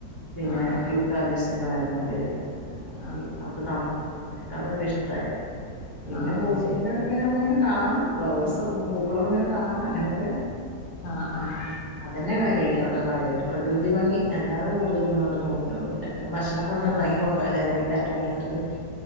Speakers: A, on the right; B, on the left.
A: പിന്നെ
B: ആഹ് ആഹ്
A: കാലിഫ്സിന്റെ മരങ്ങളല്ലേ അതേ മാതിരി
B: ആഹ്
A: അവിടുത്തെ തണുപ്പ് അങ്ങനെയൊക്കെ അതൊക്കെ ഇഷ്ടമായത് പിന്നെ
B: ആഹ്
A: ബോട്ടിങ്ങിന്റെ
B: അത് ശരി
A: അടക്ക ഇങ്ങനെ നമ്മങ്ങെ കാണാം ഫ്ലവേഴ്സ് പൂക്കളർ ഇങ്ങനെ കാണാം അങ്ങനെയൊക്കെ
B: ആഹ് ആഹ്
A: അതന്നെ കാര്യമായിട്ട് അവിടെ കാര്യമായിട്ട് പ്രകൃതി ഭംഗി അല്ലാതെ കൂടുതലൊന്നുയിട്ട് തോന്നിയൊന്നുമല്ല പിന്നെ ഭക്ഷണം കൂടുന്ന്
B: ആഹ്
A: ഉണ്ടാക്കി കൊണ്ട പോയതുകണ്ട് കാറ്ററിങ്ങകുടുത്